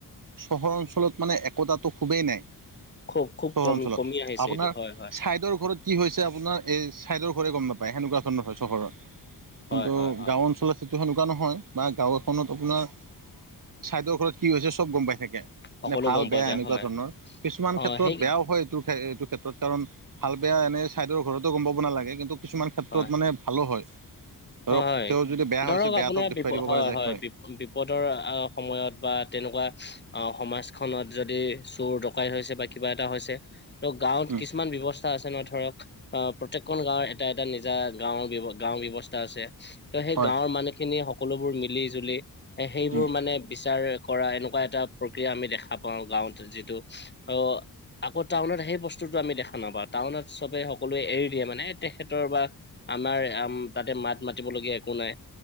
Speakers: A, on the right; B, on the left.
A: চহৰ অঞ্চলত মানে একতাটো খুবেই নাই
B: খুব খুব
A: চহৰ
B: কম
A: অঞ্চলত
B: কমি আহিছে
A: আপোনাৰ
B: এইটো হয় হয়
A: চাইদৰ ঘৰত কি হৈছে আপোনাৰ এই চাইদৰ ঘৰে গম নাপায় সেনেকুৱা ধৰণৰ হয় চহৰৰ কিন্তু
B: হয় হয় হয়
A: গাওঁ অঞ্চলত সেইটো সেনেকুৱা নহয় বা গাঁও এখনত আপোনাৰ চাইডৰ ঘৰত কি হৈছে চব গম পাই থাকে
B: সকলো
A: মানে ভাল
B: গম
A: বেয়া
B: পোৱা যায়
A: এনেকুৱা
B: হয়
A: ধৰণৰ কিছুমান
B: অ
A: ক্ষেত্ৰত
B: সেই
A: বেয়াও হয় এইটো ক্ষেত্ৰত কাৰণ ভাল বেয়া এনে ছাইদৰ ঘৰতো গম পাব নালাগে কিন্তু কিছুমান ক্ষেত্ৰত
B: হয়
A: মানে ভালো হয় ধৰক
B: হয় হয়
A: তেওঁ যদি বেয়া
B: ধৰক
A: হৈছে বেয়াটোক
B: আপোনাৰ
A: দেখুৱাই
B: বিপ
A: দিব পৰা যায় হয়।
B: বিপ বিপদৰ আহ সময়ত বা তেনেকুৱা আহ সমাজখনত যদি চোৰ ডকাই থৈছে বা কিবা এটা হৈছে ত গাঁৱত
A: উম
B: কিছুমান ব্যৱস্থা আছে ন ধৰক অ প্ৰত্যেকখন গাঁৱৰ এটা এটা নিজা গাঁওৰ গাওঁৰ ব্যৱস্থা আছে ত' সেই
A: হয়
B: গাঁৱৰ মানুহখিনিয়ে সক সকলোবোৰ মিলি জুলি এ সেইবোৰ
A: উম
B: মানে বিচাৰ কৰা এনেকুৱা এটা প্ৰক্ৰিয়া আমি দেখা পাওঁ গাঁৱত যিটো অ আকৌ টাউনত সেই বস্তুটো আমি দেখা নাপাওঁ টাউনত চবে সকলোৱে এৰি দিয়ে মানে তেখেতৰ বা আমাৰ আম তাতে মাত মাতিবলগীয়া একো নাই